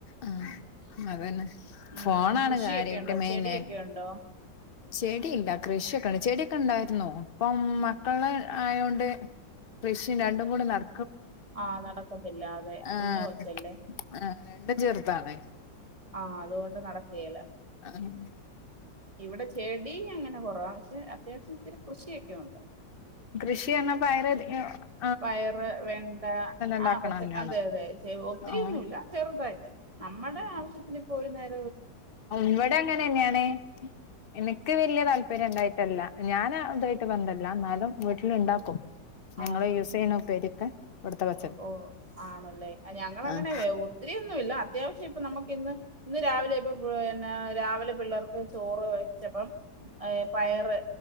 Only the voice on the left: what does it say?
ആഹ് അതന്നെ ഫോണാണ്
കാര്യായിട്ട്
മെയിനെ
ചെടിയില്ല കൃഷിയൊക്കെണ്ട് ചെടിയൊക്കെ ഇണ്ടായിരുന്നോ ഇപ്പം മക്കള് ആയോണ്ട് കൃഷിം രണ്ടും കൂടെ നട
ആഹ്
ആഹ് രണ്ടും ചെറുതാണ്
ആഹ്
കൃഷി എന്ന പയറ അതി ഒ
ഉണ്ടാക്കണന്നെയാണോ
ആഹ്
ഇവിട അങ്ങനെന്നെയാണ് എന് നിക്ക് വല്ല്യ താല്പര്യം ഇണ്ടായിട്ടല്ല ഞാന് ഇതായിട്ട് ബന്ധല്ല എന്നാലും വീട്ടിൽ ഇണ്ടാക്കും ഞങ്ങള്
യൂസ് ചെയ്യണ ഉപ്പേരിയൊക്കെ കൊടുത്ത വ
ആഹ്